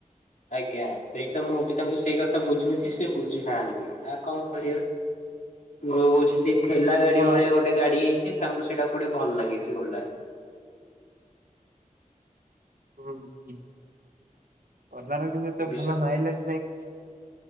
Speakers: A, on the left; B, on the right.
A: ଆଜ୍ଞା ସେଇଟା ମୁଁ ବି ତାଙ୍କୁ ସେଇ କଥା ବୁଝୁଛି ସେ ବୁଝୁନାହାନ୍ତି ଆଉ କଣ କରିବା। ୋ କହୁଛନ୍ତି ଠେଲା ଗାଡି
B: ହଁ।
A: ଭଳିଆ ଗୋଟେ ଗାଡି ହେଇଛି ତାଙ୍କୁ ସେଇଟା କୋଟେ ଭଲ ଲାଗିଛି ଓଲା ର।
B: ହୁଁ ହୁଁ ଓଲାର କିନ୍ତୁ ଏତେ
A: ବିଶେଷ
B: ଭଲ ମାଇଲେଜ ନାଇଁ।